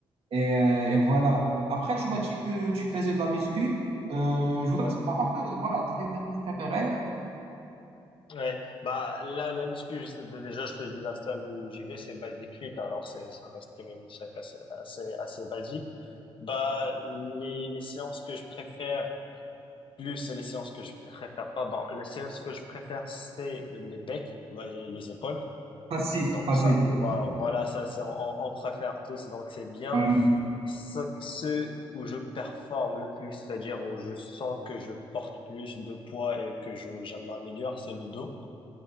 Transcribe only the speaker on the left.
Ouais,
ouais. Bah, là, la muscu, je- déjà, je te dis, la salle où j'y vais, c'est Basic Fit. Alors, c'est, ça reste quand même une salle assez, assez, assez basique. Bah, les, les séances que je préfère plus et les séances que je préfère pas. Bon, les séances que je préfère, c'est les pecs, bah, et les épaules.
Donc,
ça, voi- voilà, ça, c'est, on, on préfère tous. Donc, c'est bien.
Ce, ceux où je performe le plus, c'est-à-dire où je sens que je porte plus de poids et que je, je m'améliore, c'est le dos.